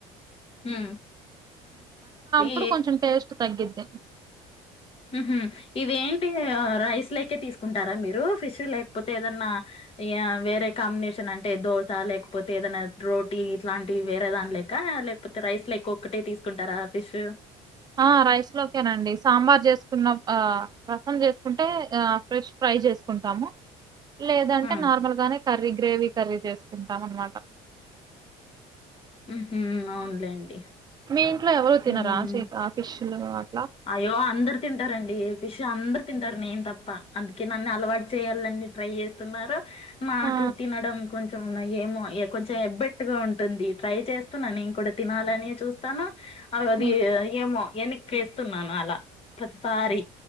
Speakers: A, on the left (about 40°); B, on the right (about 25°).
A: ఉ ఈ
B: ఇప్పుడు కొంచెం టేస్ట్ తగ్గిద్ది
A: ఉహు ఇదేంటి ఆ రైస్ లేకే తీసుకుంటారా మీరు ఫిష్ చి లేకపోతే ఏదన్నా ఆ వేరే కాంబినేషన్ అంటే దో త లేకపోతే ఏదైనా రోటీ ఇట్లాంటివి వేరే దాని లేక లేకపోతే రైస్ లెకి ఒక్కటే తీసుకుంటారా ఫిష్
B: ఆ రైస్లోకేనండి సాంబార్ జేసుకున్న ఆ రసం చేసుకుంటే ఫ్రెష్ ఫ్రై చేసుకుంటాము లేదంటే
A: ఆ
B: నార్మల్ గానే కర్రీ గ్రేవీ కర్రీ చేసుకుంటాం అన్నమాట
A: ఉహు అవునులేండి
B: మీ ఇంట్లో ఎవరు తినరా
A: ఉమ్
B: చి ఆ ఫిష్ <inaudible>
A: అయ్యో అందరు తింటారండి ఫిష్ అందరూ తింటారు నేను తప్ప అందుకే నన్ను అలవాటు చేయాలని ట్రై చేస్తున్నారు మాకు
B: ఆ
A: తినడం కొంచెం ఏమో కొంచెం ఎబ్బెట్టుగా ఉంటుంది ట్రై చేస్తున్నా నేను కూడా తినాలని చూస్తాను అ అది
B: హ్మ్.
A: ఏమో ఎన్నికేసి అన్ అలా ప్రతిసారి